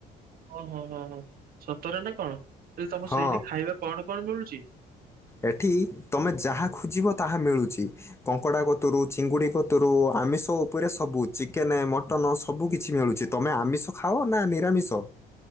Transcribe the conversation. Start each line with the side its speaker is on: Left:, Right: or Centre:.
Right: ଓହୋ ହଁ ହଁ ସତରେ ନା କଣ ଇଲ୍ ତମ
Left: ହଁ
Right: ସେଇଠି ଖାଇବା କଣ କଣ ମିଳୁଚି?
Left: ଏଠି ତମେ ଯାହା ଖୋଜିବ ତାହା ମିଳୁଚି। କଙ୍କଡା କତୁରୁ ଚିଙ୍ଗୁଡି କତୁରୁ ଆମିଷ ଉପରେ ସବୁ ଚିକେନେ ମଟନ ସବୁ କିଛି ମିଳୁଛିି। ତମେ ଆମିଷ ଖାଅ ନା ନିରାମିଷ।